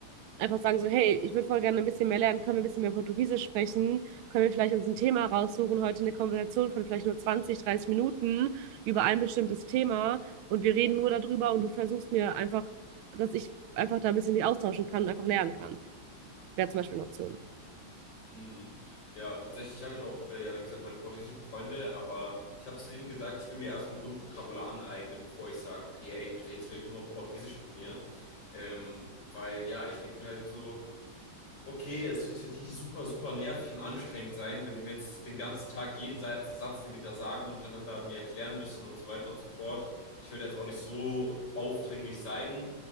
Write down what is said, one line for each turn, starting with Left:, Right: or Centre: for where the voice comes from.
Right: einfach sagen so, hey, ich würde voll gerne ein bisschen mehr lernen, können wir ein bisschen mehr Portugiesisch sprechen, können wir vielleicht uns ein Thema raussuchen, heute eine Konversation von vielleicht nur 20, 30 Minuten über ein bestimmtes Thema und wir reden nur darüber und du versuchst mir einfach, dass ich einfach da ein bisschen mich austauschen kann und einfach lernen kann. Wäre zum Beispiel eine Option.
Left: Mhm. Ja, tatsächlich habe ich auch, äh, ja, wie gesagt, meine portugiesischen Freunde, aber ich habe zu denen gesagt, ich will mir erstmal ein Grundvokabular aneignen, bevor ich sage, okay, ey, bitte jetzt redet nur auf Portugiesisch mit mir. Ähm, weil ja, ich denke mir halt so, okay, es wird für die super, super nervig und anstrengend sein, wenn die mir jetzt den ganzen Tag jeden Satz, Satz, den die da sagen, untereinander mir erklären müssen und so weiter und so fort. Ich will da jetzt auch nicht so aufdringlich sein.